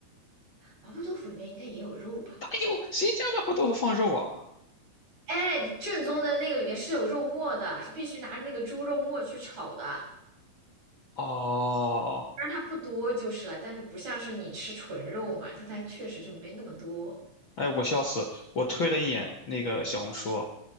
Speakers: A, on the right; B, on the left.
A: 麻婆豆腐里面应该也有肉吧？
B: 哪有？谁家麻婆豆腐放肉啊？
A: 哎，正宗的那个里面是有肉末的，是必须拿那个猪肉末去炒的。
B: 哦，
A: 但然它不多就是了，但是不像是你吃纯肉嘛，它它确实就没那么多。
B: 哎，我笑死！我推了一眼那个小红书，